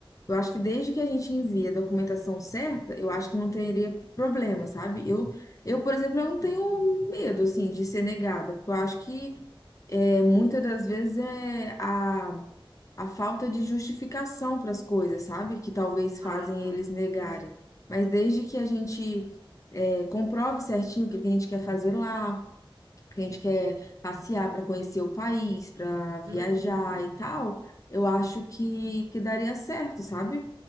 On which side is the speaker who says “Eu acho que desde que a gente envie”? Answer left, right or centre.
Left